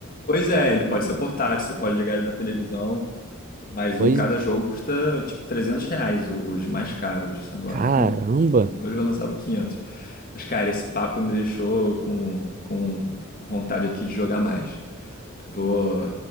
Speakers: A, on the left (about 40°); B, on the right (about 40°).
A: Pois é, ele pode ser portátil, você pode ligar ele na televisão. Mas
B: Pois,
A: um cada
B: é.
A: jogo custa tipo 300 reais, o- os mais caros. Agora
B: caramba.
A: <laughs> o do 2 vai lançar por 500. Mas, cara, esse papo me deixou com, com vontade aqui de jogar mais. Vou